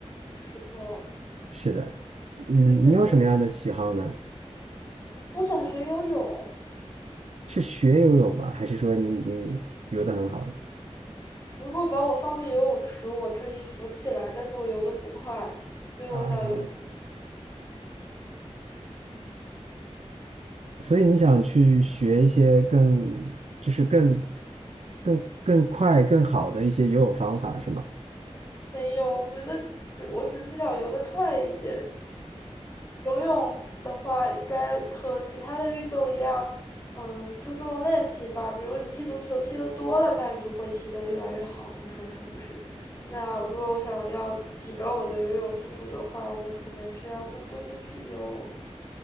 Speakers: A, on the left; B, on the right.
A: 是的，
B: 是的。嗯，
A: 你喜欢？
B: 你有什么样的喜好呢？
A: 我想学游泳。
B: 是学游泳吗？还是说你已经游得很好了
A: 如果把我放进游泳池，我可以浮起来，但是我游得不快，所以我想游。
B: 啊？所以你想去学一些更，
A: 嗯，也
B: 就是更、更、更快、更好的一些游泳方法，是吗？
A: 没有，我觉得只我只是想游得快一些。游泳的话，应该和其他的运动一样，嗯，注重练习吧。比如你踢足球踢得多了，那你就会踢得越来越好，你说是不是？那如果我想要提高我的游泳速度的话，我可能需要多多的去游。